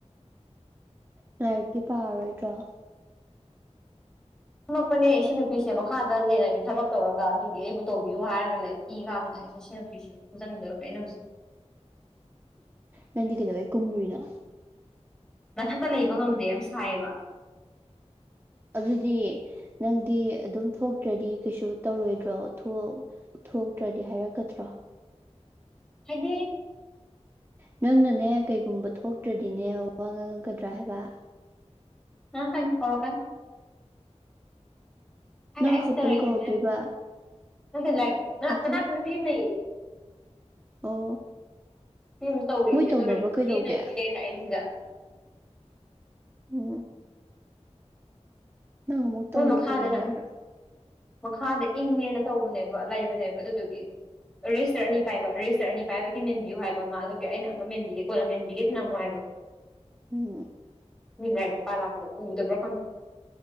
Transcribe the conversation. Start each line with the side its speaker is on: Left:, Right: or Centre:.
Right: ꯉꯥꯏꯇꯤ ꯄꯥꯔꯣꯏꯗ꯭ꯔꯣ
Centre: ꯊꯝꯃꯛꯄꯅꯦ ꯁꯤ ꯅꯨꯄꯤꯁꯦ ꯃꯈꯥꯗ ꯂꯩꯔꯝꯃꯦ ꯊꯕꯛ ꯇꯧꯔꯒ ꯑꯗꯨꯒꯤ ꯑꯩꯕꯨ ꯇꯧꯕꯤꯌꯨ ꯍꯥꯏꯔꯒ ꯂꯩ ꯀꯒꯕ ꯅ ꯐꯤꯁꯨ ꯐꯖꯟꯗꯔꯕ ꯑꯩꯅ ꯍꯧꯖꯤꯛ
Right: ꯅꯟ ꯀꯩꯗꯋꯦ ꯀꯨꯝꯃꯨꯔꯤꯅꯣ
Centre: ꯃꯊꯛꯇ ꯂꯩꯕ ꯉꯝꯗꯦ ꯌꯥꯝ ꯁꯥꯏꯌꯦꯕ
Right: ꯑꯗꯨꯗꯤ ꯅꯪꯗꯤ ꯑꯗꯨꯝ ꯊꯣꯛꯇ꯭ꯔꯗꯤ ꯀꯩꯁꯨ ꯇꯧꯔꯣꯏꯗ꯭ꯔꯣ ꯊꯣꯛ ꯊꯣꯛꯇ꯭ꯔꯗꯤ ꯍꯥꯏꯔꯛꯀꯗ꯭ꯔꯣ
Centre: ꯎꯝ ꯍꯥꯏꯗꯤ
Right: ꯅꯪꯅꯅꯦ ꯀꯩꯒꯨꯝꯕ ꯊꯣꯛꯇ꯭ꯔꯗꯤꯅꯦ ꯋꯥ ꯉꯥꯡꯉꯛꯀꯗ꯭ꯔꯥ ꯍꯥꯏꯕ
Centre: <unintelligible> ꯀꯅꯤ <unintelligible> ꯀꯅꯤ ꯑꯩꯁꯨ
Right: ꯅꯪ ꯈꯛꯇꯪ
Centre: ꯇꯧꯔꯈꯤꯕꯅꯦ
Right: ꯀꯧꯔꯛꯇꯣꯏꯕ
Centre: <unintelligible> <unintelligible> <unintelligible>
Right: ꯑꯇꯩ
Centre: ꯃꯅꯥꯛꯄ ꯅꯨꯄꯤ ꯑꯃ ꯂꯩꯌꯦ
Right: ꯑꯣ
Centre: ꯎꯝ ꯇꯧꯔꯤꯌꯦ
Right: ꯃꯣꯏ
Centre: ꯑꯗꯨꯅꯅꯦ
Right: ꯇꯧꯅꯕ
Centre: ꯅꯨꯄꯤ
Right: ꯀꯩꯗꯧꯒꯦ
Centre: ꯑꯃ ꯂꯩꯕꯒꯤꯅꯦ ꯑꯩꯅ ꯂꯥꯛꯏꯁꯤꯗ
Right: ꯎꯝ ꯅꯪ ꯑꯃꯨꯛ
Centre: ꯃꯣꯏ
Right: ꯇꯧꯔꯨꯈꯤꯒꯦ
Centre: ꯃꯈꯥꯗꯅ
Right: ꯍꯥꯏꯔꯣ
Centre: ꯃꯈꯥꯗ ꯏꯪꯉꯦꯅ ꯇꯧꯕꯅꯦꯕ ꯂꯩꯕꯅꯦꯕ ꯑꯗꯨꯗꯨꯒꯤ ꯔꯦꯖꯤꯁꯇꯔ ꯑꯅꯤ ꯄꯥꯏꯕ ꯔꯦꯖꯤꯁꯇꯔ ꯑꯅꯤ ꯄꯥꯏꯕꯒꯤ ꯃꯦꯟꯕꯤꯌꯨ ꯍꯥꯏꯕ ꯑꯃ ꯑꯗꯨꯒꯤ ꯑꯩꯅ ꯑꯃ ꯃꯦꯟꯕꯤꯒꯦ ꯀꯣꯟꯅ ꯃꯦꯟꯕꯤꯒꯦ ꯊꯅꯝꯃꯨ ꯍꯥꯏꯕ <inaudible> <unintelligible>
Right: ꯎꯝ
Centre: ꯃꯤ ꯂꯥꯏꯔꯤꯛ ꯄꯥ ꯂꯥꯛꯄꯗ ꯎꯗꯕ꯭ꯔꯣ ꯈꯪꯗꯦ